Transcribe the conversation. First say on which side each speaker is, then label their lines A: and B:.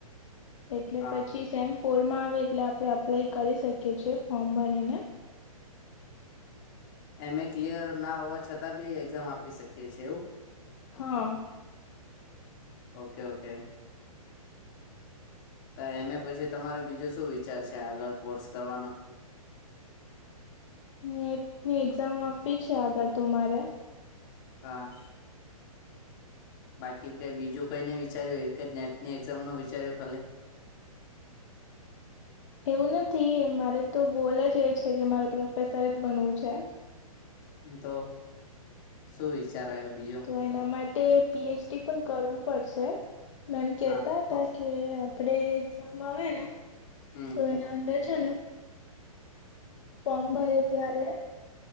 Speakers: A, on the left; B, on the left.
A: એટલે
B: હા
A: પછી સેમ ફોરમાં આવે એટલે આપણે અપ્લાય કરી શકીએ છીએ ફોર્મ ભરીને
B: એમ એ ક્લિયર ના હોવા છતાં બી એક્ઝામ આપી શકીએ છે એવું?
A: હા,
B: ઓકે ઓકે! તો એમે પછી તમારે બીજું શું વિચાર છે, આગળ કોર્સ કરવાનો?
A: નેટની એક્ઝામ આપવી છે, આગળ તું મારે,
B: હા બાકી કઈ બીજું કઈ નઈ વિચાર્યું એક જ નેટની એક્ઝામ નું વિચાર્યું ખાલે?
A: એવું નથી મારે તો ગોલ જ એ છે કે, મારે પ્રોફેસર જ બનવું છે.
B: તો શું વિચાર આવ્યો બીજો?
A: તો એના માટે પીએચડી પણ કરવું પડશે મેમ કેહેતા
B: હા
A: હતા. કે આપણેે એક્ઝામ આવે ને?
B: હમમ
A: તો એના અંદર છે ને ફોર્મ ભરે ત્યારે